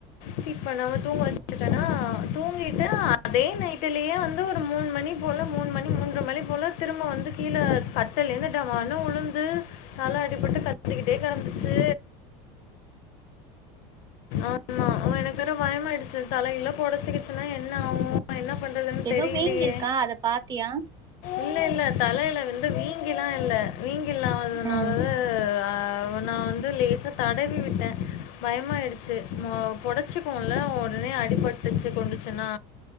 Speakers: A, on the left (about 65°); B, on the right (about 30°).
A: ஃபீட் பண்ணாம தூங்க வச்சுட்டேன்னா தூங்கிட்டு அதே நைட்டிலியெ வந்து ஒரு மூணு மணி போல மூணு மணி மூன்ற மணி போல திரும்ப வந்து கீழே கட்டிலிருந்து டமார்னு உழுந்து தல அடிப்பட்டு கத்துக்கிட்டே கடந்துச்சு ஆமா அப்ப எனக்கு வேற பயமயிடுச்சு தலகில பெடைச்சிக்குச்சுன்னா என்னா ஆகூ இப்ப என்ன பண்றதுன்னு
B: ஏதோ
A: தெரியலையே
B: வீங்கிருக்கா அத பாத்தியா
A: இல்ல இல்ல தலையில வந்து வீங்கிலா இல்ல வீங்கில்லாததுனால
B: ம்
A: ஆ அப நா வந்து லேசா தடவி விட்டே பயமா ஆயிடுச்சு மே பொடைச்சுக்குவேம்ல உடனே அடிபட்டுச்சு கொண்டுச்சுன்னா